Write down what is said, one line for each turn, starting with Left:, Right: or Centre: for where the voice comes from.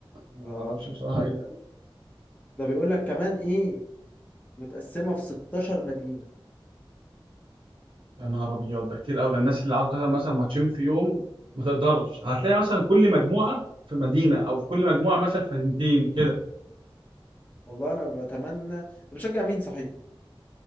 Right: ما
Left: ده
Right: اعرفش بصراحه ايه ده
Left: ده بيقول لك كمان إيه متقسمة في 16 مدينة
Right: يا نهار ابيض ده كتير قوي ده الناس اللي عاوزه تلعب مثلا ماتشين في يوم ما تقدرش هتلاقي مثلا كل مجموعه في مدينه او في كل مجموعه مثلا في مدينتين كده
Left: والله أنا بتمنى أنا بشجع مين صحيح